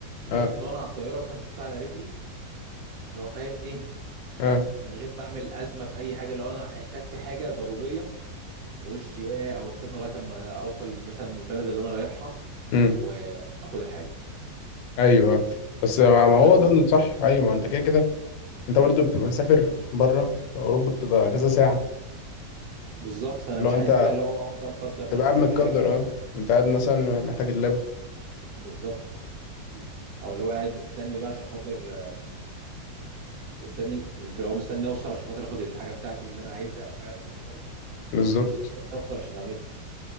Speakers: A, on the right; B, on the left.
A: بحيث
B: اه
A: ان انا على الطياره مثلا بحطها على رجلي اللي هو فاهم ايه
B: اه اه
A: من غير ما اعمل ازمه في اي حاجه لو انا احتجت حاجه ضروريه ما اقولش ياه او استنى لغايه اما اوصل مثلا البلد اللي انا رايحها
B: امم
A: واخد الحاجه
B: ايوه بس ما ما
A: بس
B: هو ده الصح ايوه ما انت كده كده انت برضو بتبقى مسافر بره اوروبا بتبقى كذا ساعه
A: بالظبط فانا
B: اللي
A: مش
B: هو انت
A: عايز بقى اللي هو اقعد بقى مقدر
B: تبقى
A: نفسي
B: قاعد متقدر
A: بحاجه
B: اه انت قاعد مثلا محتاج اللاب
A: بالظبط او اللي هو قاعد مستني بقى عشان خاطر مستني اللي هو مستني اوصل عشان خاطر اخد الحاجه بتاعتي من اللي انا عايزها او الحاجه اللي انا محتاجها
B: بالظبط
A: مش مستني اوصل عشان اعملها